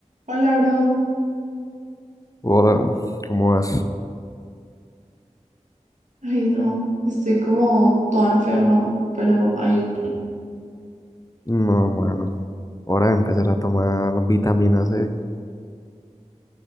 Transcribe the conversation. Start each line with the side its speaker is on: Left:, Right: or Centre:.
Right: Hola, bro.
Left: Hola, ¿cómo vas?
Right: Ay, no, estoy como toda enferma, pero ahí
Left: No, mano. Hora de empezar a tomar vitamina C.